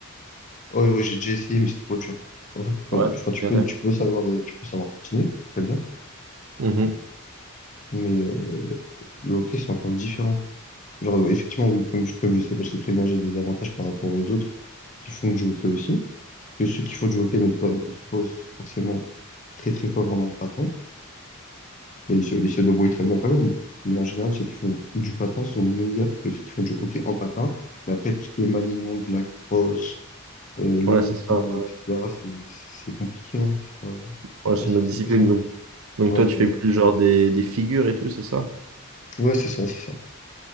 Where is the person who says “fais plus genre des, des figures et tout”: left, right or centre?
Right